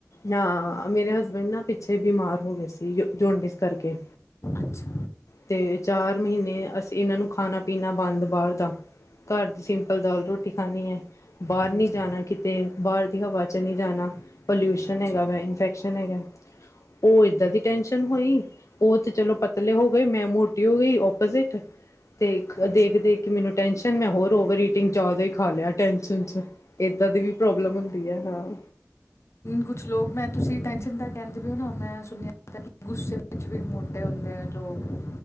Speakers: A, on the left (about 80°); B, on the left (about 60°).
A: ਹਾਂ, ਮੇਰੇ ਹਸਬੈਂਡ ਨਾ ਪਿੱਛੇ ਬਿਮਾਰ ਹੋਗੇ ਸੀ, ਜੋ ਜੋਂਡਿਸ ਕਰਕੇ।
B: ਅੱਛਾ
A: ਤੇ ਚਾਰ ਮਹੀਨੇ ਅਸੀ ਇਨਾਂ ਨੂੰ ਖਾਣਾ-ਪੀਣਾ ਬੰਦ ਬਾਹਰ ਦਾ ਘਰ ਦੀ ਸਿੰਪਲ ਦਾਲ-ਰੋਟੀ ਖਾਂਦੀ ਏ, ਬਾਹਰ
B: ਹਾਂਜੀ
A: ਨੀ ਜਾਣਾ ਕਿਤੇ ਤੇ ਬਾਹਰ ਦੀ ਹਵਾ 'ਚ ਨੀ ਜਾਣਾ, ਪੋਲਯੂਸ਼ਨ
B: ਅੱਛਾ
A: ਹੈਗਾ ਵੈ, ਇਨਫੈਕਸ਼ਨ ਹੈਗਾ। ਉਹ ਏਦਾ ਦੀ ਟੈਨਸ਼ਨ ਹੋਈ, ਉਹ ਤੇ ਚਲੋ ਪਤਲੇ ਹੋਗੇ, ਮੈਂ ਮੋਟੀ ਹੋਗੀ ਓ ਓਪੋਜਿਟ ਤੇ ਇੱਕ
B: ਅੱਛਾ
A: ਦੇਖ-ਦੇਖ ਕੇ ਮੈਨੂੰ ਟੈਨਸ਼ਨ ਮੈਂ ਹੋਰ ਓਵਰ ਈਟਿੰਗ ਜਿਆਦਾ ਈ ਖਾ ਲਿਆ ਟੈਨਸ਼ਨ 'ਚ ਏਂਦਾ ਦੀ ਵੀ ਪ੍ਰੋਬਲਮ ਹੁੰਦੀ ਐ, ਹਾਂ।
B: ਕੁੱਛ ਲੋਕ ਮੈਂ ਤੁਸੀ ਟੈਨਸ਼ਨ ਦਾ ਕਹਿੰਦੇ ਪਏ ਨਾ, ਮੈਂ ਸੁਣਿਆ <unintelligible> ਗੁੱਸੇ ਕੁਛ ਵੀ ਮੋਟੇ ਹੁੰਦੇ ਨੇ ਲੋਕ